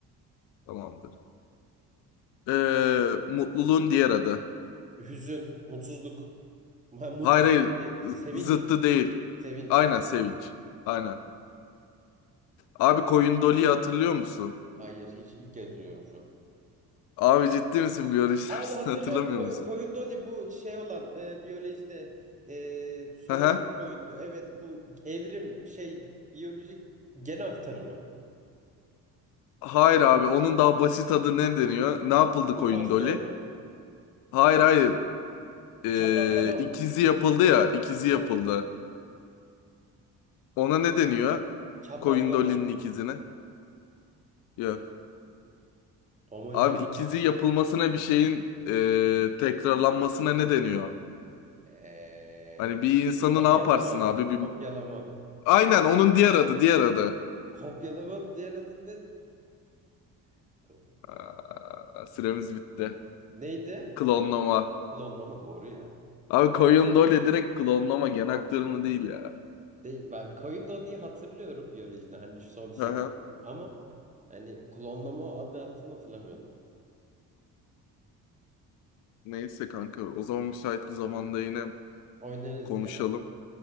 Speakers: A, on the left; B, on the right.
A: Tamamdır. Ee, mutluluğun diğer adı.
B: Hüzün, mutsuzluk, <laughs> mutluluk
A: Hayır hayır.
B: diğeri de sevinç.
A: Zıttı değil.
B: Sevinç.
A: Aynen sevinç. Aynen. Abi koyun Dolly'yi hatırlıyor musun?
B: Hayır, hiç ilk kez duyuyorum şu an.
A: Abi ciddi misin biyoloji
B: Abi
A: dersini
B: hatırlıyorum
A: <laughs> hatırlamıyor
B: koy-
A: musun?
B: koyun doli bu şey olan e, biyolojide e, sonuncu
A: Hı hı.
B: koyundu. Evet bu evrim şey biyolojik gen aktarımı.
A: Hayır abi onun daha basit adı ne deniyor? Ne yapıldı
B: Mutasyon.
A: koyun Dolly? Hayır hayır. Ee,
B: Çaprazlama.
A: ikizi yapıldı ya. ikizi yapıldı.
B: Evet.
A: Ona ne deniyor?
B: Çaprazlama.
A: Koyun Dolly'nin ikizine. Yok.
B: Homojen.
A: Abi ikizi yapılmasına bir şeyin ee, tekrarlanmasına ne deniyor?
B: Ee,
A: Hani bir insanı
B: kopyalama.
A: ne yaparsın abi? Bir...
B: Kopyalama.
A: Aynen onun diğer adı, diğer adı.
B: Kopyalamanın diğer adı ne? <laughs>
A: Aa, süremiz bitti.
B: Neydi?
A: Klonlama.
B: Klonlama doğru ya.
A: Abi Coyne Doyle direkt klonlama gen aktarımı değil ya.
B: Değil, ben koyun doluyu hatırlıyorum biyolojide. Hani şu son şeydi.
A: Hı hı.
B: Ama hani klonlama adı altını hatırlamıyorum.
A: Neyse kanka o zaman müsait bir zamanda yine
B: Oynarız
A: konuşalım.
B: ya.